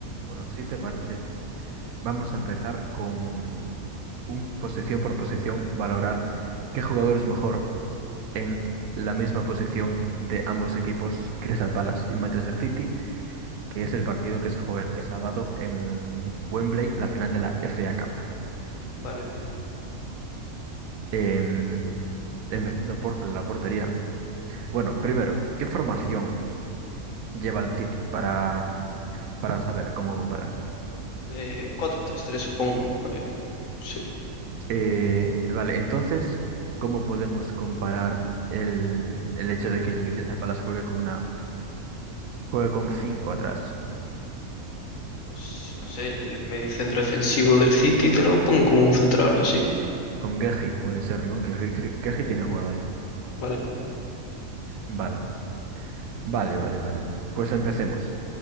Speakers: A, on the right; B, on the left.
A: Bueno, si te parece, vamos a empezar con un posición por posición, valorar qué jugador es mejor en la misma posición de ambos equipos, Crystal Palace y Manchester City, que es el partido que se juega este sábado en Wembley, la final de la FA Cup.
B: Vale, venga.
A: Em, empezando por la portería. Bueno, primero, ¿qué formación lleva el City para, para saber cómo comparar?
B: Eh, 4 tres 3 supongo. Eh, sí,
A: Eh, vale, entonces, ¿cómo podemos comparar el, el hecho de que el Crystal Palace juegue con una, juegue con cinco atrás?
B: pues no sé, el mediocentro defensivo del City te lo pongo como un central o así.
A: Con Geji puede ser, ¿no? Que Geji, Geji tiene jugado ahí.
B: Vale.
A: Vale, vale, vale, vale. Pues empecemos.